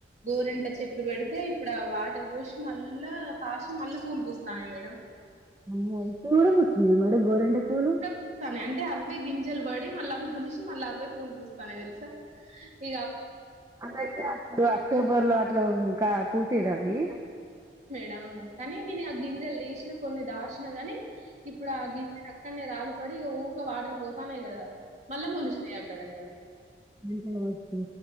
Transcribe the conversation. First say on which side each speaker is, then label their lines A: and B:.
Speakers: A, on the right; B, on the right.
A: గోరింట చెట్లు పెడితే ఇప్పుడు ఆ వాటర్ పోసి మళ్ళా కాశీ మల్ల పూలు పూస్తాన్నాయి మేడం
B: మీవి అయిపొయిన కూడ పుస్తున్నాయ మేడం గోరండ పూలు
A: పూస్తాన్నాయి అంటే అవ్వే గింజలు పడి మళ్ళా మొలిసి మళ్ళ అవే పూలు పూస్తున్నాయి తెలుసా ఇగ
B: అట్టాయితే అప్పుడు అక్టోబర్ లో అట్లావ్ ఇంకాక్ పూసెదా అది
A: డవ్ కాని నేను గింజాల్ తీసినా కొన్ని దాసిన గాని ఇప్పుడు ఆ గింజలు అక్కడనే రాల పడి ఇంక వాటర్ పోతాన్నాయ్ కదా మళ్ళా మూలిసినాయి అక్కడ యిగ
B: అంటే ఓకే